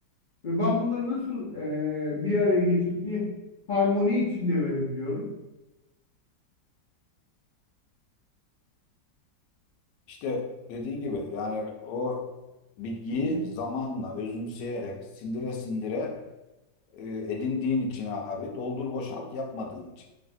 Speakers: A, on the left; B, on the left.
A: Ve ben bunları nasıl e, bir araya getirip bir harmoni içinde verebiliyorum?
B: İşte dediğin gibi yani o bilgiyi
A: Hı hı.
B: zamanla özümseyerek sindire sindire e, edindiğin için abi doldur boşalt yapmadığın için.